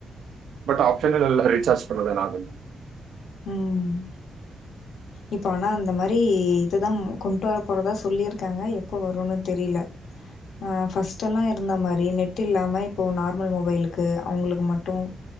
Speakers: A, on the right; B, on the left.
A: பட் ஆப்சன்ல்ல ரீச்சார்ஜ் பண்றதனாலும்
B: ம் இப்ப ஆனா அந்த மாரி இது தா கொண்டு வர போறதா சொல்லியிருக்காங்க எப்போ வருன்னு தெரில ஆ ஃபர்ஸ்ட்டெல்லாம் இருந்த மாரி நெட் இல்லாம இப்போ நார்மல் மொபைலுக்கு அவங்களுக்கு மட்டும்